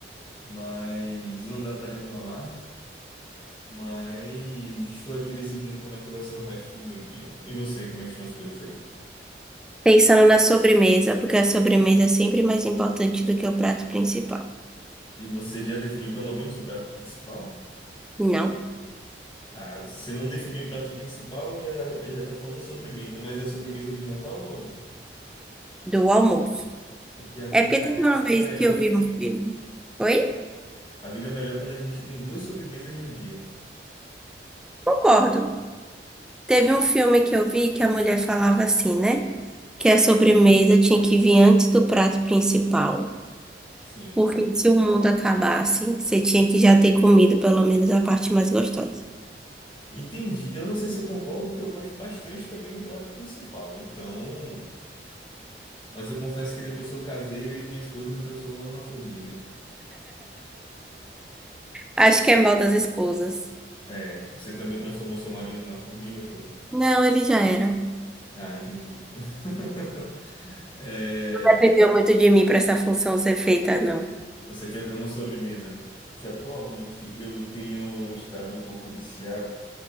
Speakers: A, on the left; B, in the centre.
A: Mas não dá para reclamar. Mas estou aqui decidindo como é que vai ser o resto do meu dia. E você, como é que estão as coisas aí?
B: Pensando na sobremesa, porque a sobremesa é sempre mais importante do que o prato principal.
A: E você já definiu pelo menos o prato principal?
B: Não,
A: Ah, se não definiu o prato principal, já já tá falando da sobremesa, mas é a sobremesa do jantar ou do almoço?
B: do almoço.
A: Porque a vida
B: É porque teve uma vez
A: é é melhor
B: que eu
A: quando
B: vi
A: a
B: um
A: gente,
B: filme. Oi?
A: a vida é melhor quando a gente tem duas sobremesas no dia.
B: Concordo. Teve um filme que eu vi que a mulher falava assim, né? Que a sobremesa tinha que vir antes do prato principal.
A: Sim.
B: Porque se o mundo acabasse, você tinha que já ter comido pelo menos a parte mais gostosa.
A: Entendi. Eu não sei se eu concordo, porque eu gosto bastante também do prato principal. Então. Mas eu confesso que depois que eu casei, minha esposa me transformou numa formiga.
B: Acho que é mal das esposas.
A: É, você também transformou seu marido numa formiga, foi?
B: Não, ele já era. Não
A: Ah, entendi. <laughs> É,
B: dependeu muito de mim para essa função ser feita, não.
A: você quer ver uma sobremesa? Que atualmente eu tenho estado um pouco viciado,